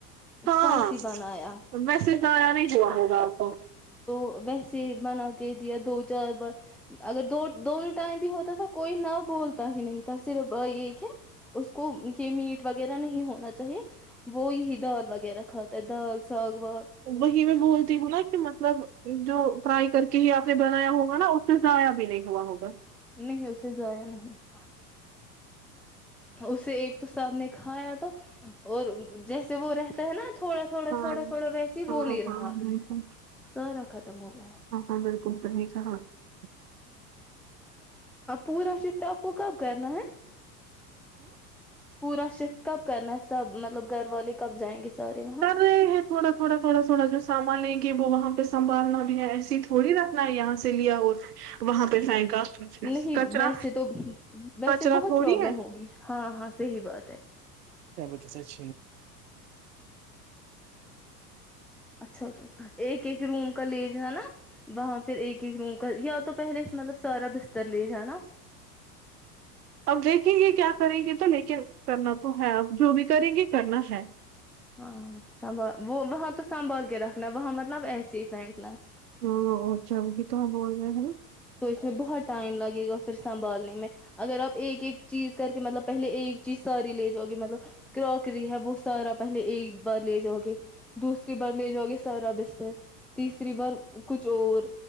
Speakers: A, in the centre; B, on the right (about 70°).
A: اسپائسی
B: ہاں
A: بنایا
B: ویسے اس کا آیا نہیں ہوا <inaudible>
A: تو ویسے بنا کے دیا دو چار بار اگر دو دونوں ٹائم بھی ہوتا تھا کوئی نہ بولتا ہی نہیں تھا صرف ایک ہے اس کو یہ میٹ وغیرہ نہیں ہونا چاہیے وہ یہی دال وغیرہ کھاتا ہے دال ساگ واگ
B: وہی میں بولتی ہوں ن کہ مطلب جو فرائی کر کے ہی آپ نے بنایا ہوگا نا اس سے ضایا بھی نہیں ہوا ہوگا
A: نہیں اسے ضایا نہیں ہوا اسے ایک تو صاحب نے کھایا تو اور جیسے وہ رہتا ہے نا تھوڑا تھوڑا
B: ہاں
A: تھوڑا تھوڑا ویس
B: ہاں
A: وہ نہیں
B: ہاں
A: رہا
B: بالکل
A: سارا ختم ہو گیا
B: ہاں <inaudible>
A: اب پورا شفٹ آپ کو کب کرنا ہے پورا شف کب کرنا ہے سب مطلب گھر والے کب جائیں گے سارے وہاں
B: سر ہے تھوڑا تھوڑا تھوڑا تھوڑا جو سامان ہے کہ وہاں پہ سنبالنا ایسی تھوڑی رکھنا ہے یہاں سے اس لیا اور وہاں پہ پھینکا
A: نہیں
B: کچرا
A: ویسے تو ویسے
B: کچرا
A: بہت
B: تھوڑی
A: پروابلم
B: ہے
A: ہوگی ہاں ہاں صحیح بات ا <inaudible>
B: کیا ب کیسچ
A: اچھا ایک <inaudible> ایک ایک روم کا لے ج نا وہاں پھر ایک ایک روم کا یا تو پہلے مطلب سارا بستر لے ج نا
B: اب دیکھیں گے کیا کریں گے تو لیک کرنا تو ہے اب جو بھی کریں گے کرنا ہے
A: ہاں سنبھال وہ وہاں تو سنبھال کے رکھنا وہاں مطلب ایسے ہی فک
B: ہ جب بھی تو بول رہے ہیںا
A: ھر بہت ٹائم لگے گا پھر سنبھالنے میں اگر آپ ایک ایک چیز کر کے مطلب پہلے ایک چیز ساری لے جاؤ گے مطلب کرواکری ہے وہ سارا پہلے ایک بار لے جاؤ گے دوسری بار لے جاؤ گے سارا بستر تیسری بار کچھ اور